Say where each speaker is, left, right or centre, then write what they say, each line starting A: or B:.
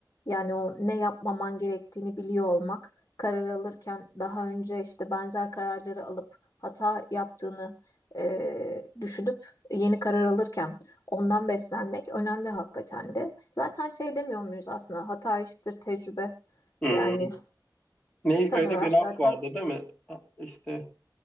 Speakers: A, on the left; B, on the left.
A: Yani o ne yapmaman gerektiğini biliyor olmak, karar alırken daha önce işte benzer kararları alıp hata yaptığını e, düşünüp yeni karar alırken Ondan beslenmek önemli hakikaten de. Zaten şey demiyor muyuz aslında hata eşittir tecrübe.
B: Hı.
A: Yani
B: Ne
A: tam
B: öyle
A: olarak
B: bir laf
A: zaten
B: vardı değil mi? Ha, İşte